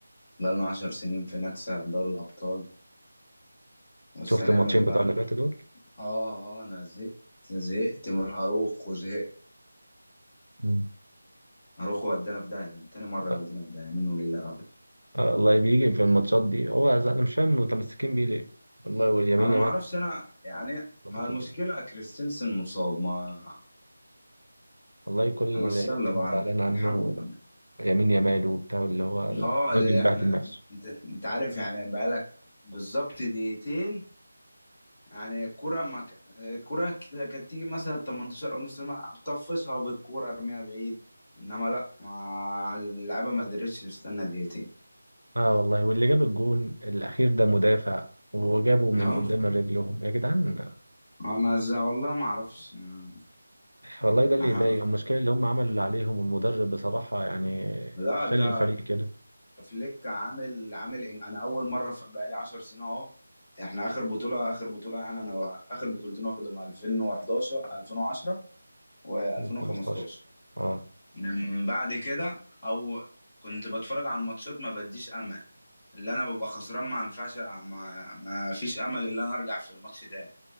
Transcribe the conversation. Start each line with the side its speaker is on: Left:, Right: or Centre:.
Left: بقالنا عشر سنين في نكسة في دوري الأبطال بس
Right: شفت
Left: هنعمل
Right: الماتشين
Left: ايه
Right: بتوع
Left: بقى
Right: اللي فاتوا دول؟
Left: اه اه انا زهقت زهقت من اروخو زهقت
Right: مم.
Left: اروخو ودانا في داهية تاني مرة
Right: لا
Left: يودينا في داهية منه لله أبدا
Right: آه، الله بيجي في الماتشات دي هو أز- أنا مش فاهم متمسكين بيه ليه؟ والله واليمين
Left: انا
Right: يامال
Left: ما اعرفش انا يعني
Right: ظبط
Left: ما المشكلة
Right: الدنيا
Left: كريستنسن مصاب ما
Right: والله كل اللي
Left: بس يلا بقى
Right: أنا زعلان عنه
Left: الحمد
Right: يمين يامال وبتاع اللي هو الراجل
Left: لله اه اللي
Right: بهدل
Left: احنا
Right: نفسه
Left: انت انت عارف يعني بقالك بالظبط دقيقتين يعني الكوره ما ك- الكوره كده كانت تيجي مثلا 18 او نص ساعه طفشها بالكوره ارميها بعيد انما لا ما اللعيبه ما قدرتش تستنى دقيقتين
Right: اه والله واللي جاب الجون الأخير ده مدافع وجابه من
Left: اه
Right: قدام رجلهم يا جدعان
Left: انا ز- والله ما اعرفش آه،
Right: والله ده اللي
Left: أها.
Right: يضايق المشكلة اللي هم عملوا اللي عليهم والمدرب بصراحة يعني
Left: لا
Right: شال
Left: ده
Right: الفريق كده
Left: فليك عامل عامل إن- انا اول مره في- بقالي 10 سنين اهو احنا اخر بطوله اخر بطوله يعني انا اخر بطولتين واخدهم 2011 2010 و2015
Right: من 15 اه
Left: من بعد كده او كنت بتفرج على الماتشات ما بديش امل اللي انا ببقى خسران ما ينفعش ما, ما فيش امل ان انا ارجع في الماتش تاني